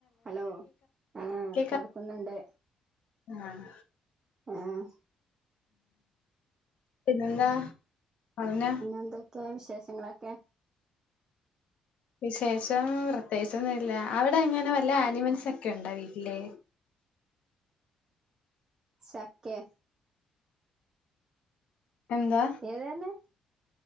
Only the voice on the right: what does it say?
ഹലോ ആഹ്
കേൾക്കുന്നുണ്ട്
ആഹ്
എന്തൊക്കെയ വിശേഷങ്ങളൊക്കെ
ശക്കേ
ഏതാർഞ്ഞെ